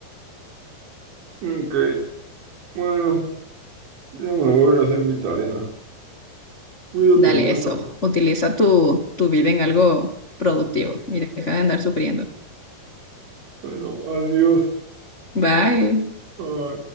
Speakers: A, on the right; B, on the left.
A: ok, bueno, ya me voy a ir a hacer mi tarea. Cuídate
B: Dale
A: mucho.
B: eso, utiliza tu, tu vida en algo productivo y deja de andar sufriendo.
A: Bueno, adiós.
B: Bye.
A: uh,